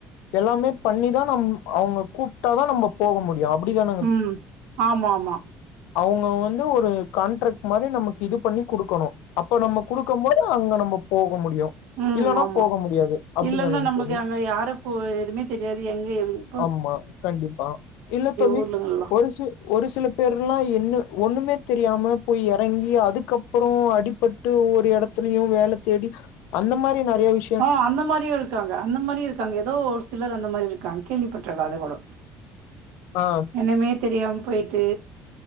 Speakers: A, on the left (about 80°); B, on the right (about 80°).
A: எல்லாமே பண்ணிதா நம் அவ்ங்க கூப்ட்டாதா நம்ம போக முடியு அப்பிடித்தானே
B: ம் ஆமா ஆமா
A: அவ்ங்க வந்து ஒரு கான்ட்ராக்ட் மாரி நமக்கு இது பண்ணி குடுக்கணு அப்போ நம்ம குடுக்கும் போது அங்க நம்ம போக முடியு
B: அ
A: இல்லன்னா
B: ஆமா
A: போக முடியாது அப்டிதானங்க
B: இல்லன்னா நமக்கு
A: தோழி
B: அங்க யாருக்கூ எதுவுமே தெரியாது எங்க ஏதுன்னு
A: ஆமா கண்டிப்பா இல்ல தோழி
B: ஊர்லங்கள்லாம்.
A: ஒ ஒரு சி ஒரு சில பேருல்லாம் என்ன ஒன்னுமே தெரியாம போய் இறங்கி அதுக்கப் அப்புறம் அடிபட்டு ஒவ்வொரு இடத்துலயு வேலை தேடி அந்த மாதிரி நெறைய விஷ்ய
B: ஆ அந்த மாதிரியும் இருக்காங்க அந்த மாதிரி இருக்காங்க ஏதோ ஒரு சிலர் அந்த மாதிரி இருக்காங்க கேள்விப்பட்றிக்கே அதை கூட
A: ஆ
B: என்னமே தெரியாம போயிட்டு